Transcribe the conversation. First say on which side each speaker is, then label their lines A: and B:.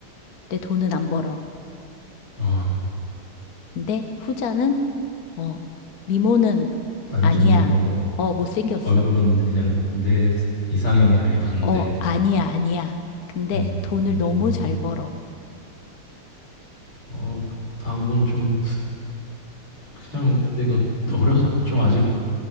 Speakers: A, on the left; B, on the left.
A: 내 돈은 안 벌어.
B: 아,
A: 근데 후자는, 어, 미모는
B: 완전히
A: 아니야.
B: 어
A: 어, 못생겼어.
B: 얼굴은 그냥 내 이상형에 아예 반대.
A: 어, 아니야, 아니야. 근데
B: 음,
A: 돈을
B: 음.
A: 너무 잘 벌어.
B: 어, 아 이건 좀 그냥 내가 어려 좀 아직